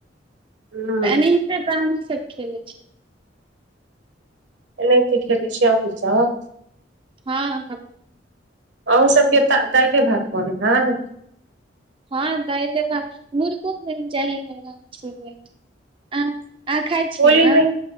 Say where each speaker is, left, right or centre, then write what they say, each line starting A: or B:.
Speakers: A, on the right; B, on the right.
A: हँ
B: तऽ एनहिते हमहूँ सब ठीक छै
A: ऐनाहिंते खेलै छियै अन्हुसब
B: हाँ हँ
A: अन्हु सबके तऽ दालि भात बनल हन
B: हाँ दालि भात मुर्गो बनि जाइ हइ <unintelligible> आँ अहाँ खाइ छियै
A: होली
B: ने
A: मे